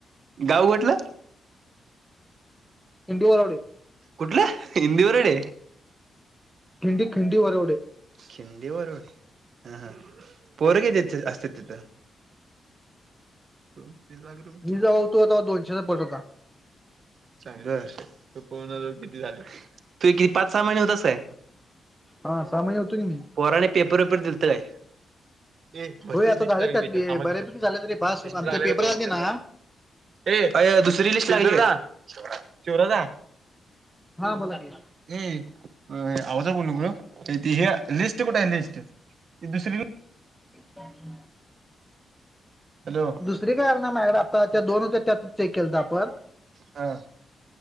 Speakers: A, on the right (about 45°); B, in the centre.
A: गाव कुठलं?
B: <inaudible>
A: कुठलं हिंदीवरडे.
B: खिंडी खिंडी वरवढडे.
A: खिंडी वरवडे हा हा. पोर किती असत्यात तिथं? <inaudible>
B: मी जवा होतो तवा दोनशेचा पट होता.
A: चांगलं तू पोन जो किती झाले तूती पाच सहा महिने होत काय
B: हा सहा महिने होतो की मी
A: पोराने पेपर वेपर दिलत काय ते भरतीच
B: होय आता
A: लिस्ट
B: झाले
A: लागलीच
B: त्यातले
A: कामा
B: बऱ्यापैकी
A: लिस्ट
B: झाले तरी पास आमचे
A: लागल्या
B: पेपर
A: का दोन
B: आलते
A: इच
B: ना
A: हे दुसरी लिस्ट लागली का शिवराजा
B: हा बोला की
A: ए आहजा बोलल ग त लिस्ट कुठे आहे लिस्ट ती दुसरी
B: ह
A: हॅलो
B: दुसरी काय ह ना मागड आता दोनच्या केल तर आपण
A: हा